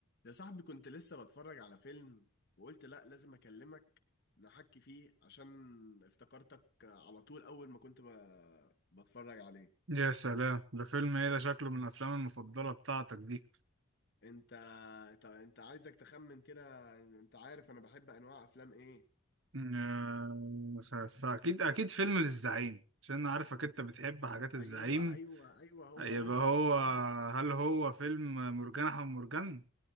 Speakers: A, on the left; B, on the right.
A: يا صاحبي كنت لسه بتفرج على فيلم وقلت لا لازم اكلمك نحكي فيه عشان افتكرتك على طول اول ما كنت ب... بتفرج عليه
B: يا سلام ده فيلم ايه ده شكله من الافلام المفضله بتاعتك دي
A: انت ط- انت عايزك تخمن كده انت عارف انا بحب انواع افلام ايه
B: آه، ف- فاكيد اكيد فيلم للزعيم عشان انا عارفك انت بتحب حاجات الزعيم
A: ايوه ايوه ايوه هو
B: يبقى
A: ده
B: هو
A: ايوه
B: هل هو فيلم مرجان احمد مرجان